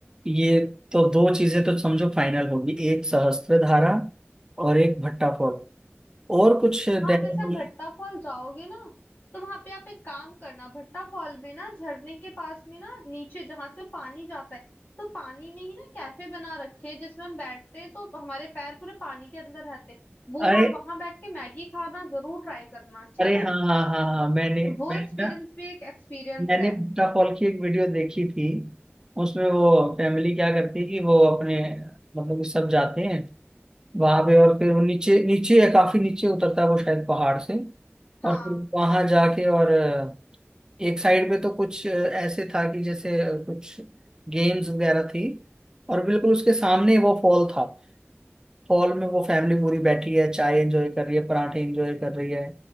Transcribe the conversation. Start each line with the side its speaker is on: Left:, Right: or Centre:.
Right: ये तो दो चीजें तो समझो फाइनल होगी एक सहस्त्रधारा और एक भट्टा फॉल और कुछ देहरादून
Left: हाँ जैसे आप भट्टा फॉल जाओगे ना तो वहां पे आप एक काम करना भट्टा फॉल में ना झरने के पास में ना नीचे जहां से पानी जाता है तो पानी में ही ना कैफे बना रखे हैं जिसमें हम बैठते हैं तो हमारे पैर पूरे पानी के अंदर रहते हैं। वो
Right: अरे
Left: वहां वहां बैठ के मैगी खाना जरूर ट्राई करना ठीक
Right: अरे
Left: है
Right: हाँ हाँ हाँ हाँ मैंने
Left: वो
Right: मैंने
Left: एक्सपीरियंस
Right: ना
Left: भी एक एक्सपीरियंस
Right: मैंने
Left: है
Right: भट्टा फॉल की एक वीडियो देखी थी उसमें वो फैमिली क्या करती है कि वो अपने मतलब कि सब जाते हैं वहां पे और फिर वो नीचे नीचे या काफी नीचे उतरता है वो शायद पहाड़ से
Left: हाँ
Right: और फिर वहां जाके और अ, एक साइड पे तो कुछ अ, ऐसे था कि जैसे अ, कुछ गेम्स वगैरह थी और बिल्कुल उसके सामने वो फॉल था फॉल में वो फैमिली पूरी बैठी है चाय एंजॉय कर रही है पराठे एंजॉय कर रही है